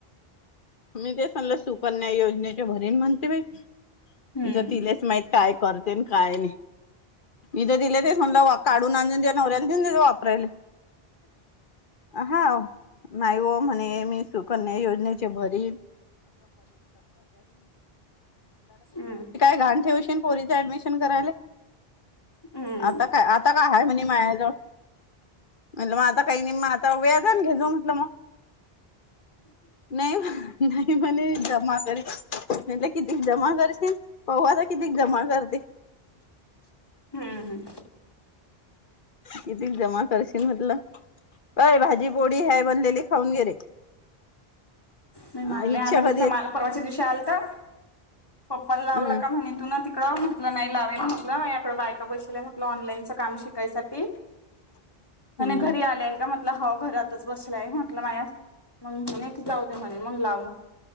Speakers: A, on the left; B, on the left.
A: मी ते सांगल सुकन्या योजनेच्या भरीन म्हणते बाई तिचं
B: हम्म
A: तिलाच माहीत. काय करते काय नाही मथ दिले ते म्हलं काढून आणून नवऱ्या दि वापरायले हा नाही हो म्हणे मी सुकन्या योजनेत <inaudible> काय
B: हम्म
A: घणे परी ऍडमिशन कराय
B: हम्म
A: आ काय आता काय आहेय म्ह माया्या ज म्हटलं मग आता काही नाही मग आता व्याजान घेजू म्हटलं मग नाही नाही म्ह जमा कर म्ह किती जमा करसे पौवाता किती जमा करते
B: हम्म
A: किती जमा करशील म्हटलं काय भाजी पोडी ह्याय बनलेली खाऊन गे रे
B: नाही माल
A: अ
B: नाही
A: इच्छा
B: आला तिचा
A: कधी
B: माल परवाच्या दिवशी आल तर पप्पाला लावला
A: ह
B: का म्हणे तू ना त म्हटलं नाही लाव म्हटलंकडं बायका बैल्या म्हटलं ऑनलाईनच काम शिकायसाठी
A: ह
B: घरी आले आहे का म्हटलं ह घरातच बसलाय म्हंटलं माझ मग मी नाही की जाऊ दे म्हणे मग लाव म्हण